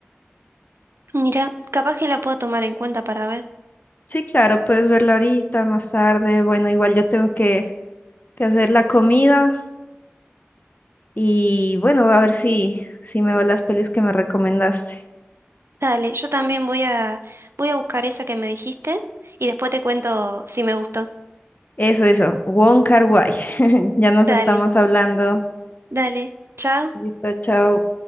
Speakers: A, on the right (about 70°); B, on the left (about 40°).
A: Mira, capaz que la puedo tomar en cuenta para ver.
B: Sí, claro, puedes verla ahorita, más tarde. Bueno, igual yo tengo que, que hacer la comida y bueno, voy a ver si, si me veo las pelis que me recomendaste.
A: Dale, yo también voy a voy a buscar esa que me dijiste y después te cuento si me gustó.
B: Eso, eso, Wong Kar-wai. <laughs> Ya nos
A: Dale,
B: estamos hablando.
A: dale, chao.
B: Listo, chao.